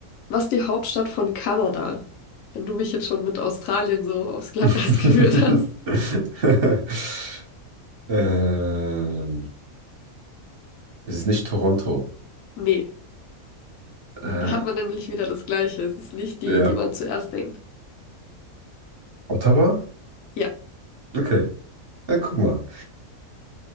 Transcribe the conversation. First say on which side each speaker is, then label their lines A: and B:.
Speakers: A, on the left; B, on the right.
A: Was ist die Hauptstadt von Kanada? Wenn du mich jetzt schon mit Australien so aufs Glatteis
B: <laughs>
A: <laughs> geführt hast.
B: Ähm, es ist nicht Toronto.
A: Nee,
B: Äh,
A: da hat man nämlich wieder das Gleiche. Es ist nicht die,
B: ja.
A: die man zuerst denkt.
B: Ottawa?
A: Ja.
B: Okay. Na, guck mal.